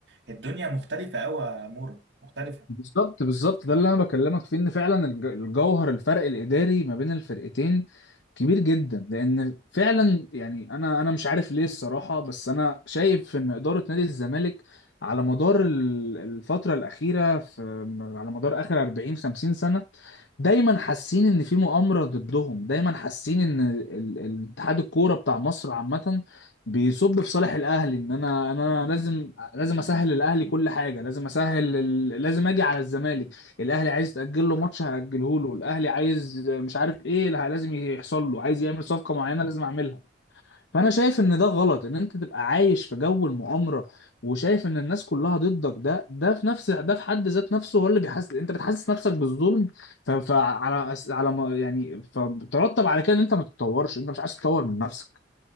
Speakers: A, on the right; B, on the left.
A: الدنيا مختلفة أوي يا مورا مختلفة
B: بالظبط بالظبط ده اللي انا بكلمك فيه ان فعلا الج- الجوهر الفرق الاداري ما بين الفرقتين كبير جدا لان فعلا يعني انا انا مش عارف ليه الصراحه بس انا شايف ان اداره نادي الزمالك على مدار ال- الفتره الاخيره في على مدار اخر 40 50 سنه دايما حاسين ان في مؤامره ضدهم دايما حاسين ان ال- ال- الاتحاد الكوره بتاع مصر عامه بيصب في صالح الاهلي ان انا إن انا لازم لازم اسهل الاهلي كل حاجه لازم اسهل ال... لازم اجي على الزمالك الاهلي عايز تاجل له ماتش هاجله له الاهلي عايز مش عارف ايه لا، لازم يحصل له عايز يعمل صفقه معينه لازم اعملها فانا شايف ان ده غلط ان انت تبقى عايش في جو المؤامره وشايف ان الناس كلها ضدك ده ده في نفس ده في حد ذات نفسه هو اللي بيحس انت بتحسس نفسك بالظلم ف... فعلى على ما- يعني فبترتب على كده ان انت ما تتطورش انت مش عايز تتطور من نفسك